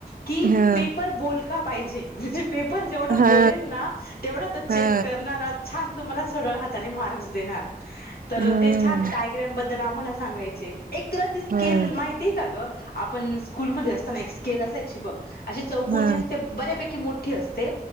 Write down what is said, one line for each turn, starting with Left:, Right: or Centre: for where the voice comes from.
Left: की
Right: हा
Left: पेपर बोलका पाहिजे म्हणजे पेपर जेव
Right: हा
Left: बोलेल ना तेवढा तो चेक
Right: हा
Left: करणारा छान तुम्हाला सरळ हाताने मार्क्स देणार, तर
Right: हम्म
Left: ते छान टायग्राम बद्दल आम्हाला सांगायचे एक तुला ती स्किल
Right: हम्म
Left: माहित ती का गं आपण स्कूल मध्ये असताना एक स्केल असायची बघ अशी चौकनी
Right: हा
Left: असते बऱ्यापैकी मोठी असते,